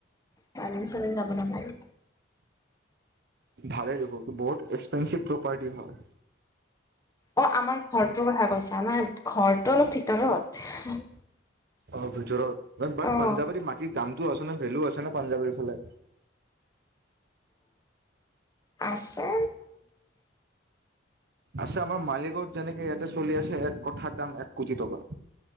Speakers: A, on the left (about 20°); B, on the right (about 60°).
A: বাইলেন-চাইলেন যাব নালাগে।
B: ভালে দেখোন বহুত এক্সপেঞ্চিভ প্ৰপাৰ্টি হয়।
A: অ আমাৰ ঘৰটোৰ কথা কৈছা, নাই ঘৰটো অলপ ভিতৰত।
B: অলপ ভিতৰত বাট
A: অ অ
B: পাঞ্জাৱাৰী মাটিৰ দামটো আছে ন ভেলু আছে ন পাঞ্জাৱাৰীৰ ফালে।
A: অ আছে
B: আছে আমাৰ মালিকগত যেনেকে ইয়াতে চলি আছে এক কঠাৰ দাম এক কোটি টকা।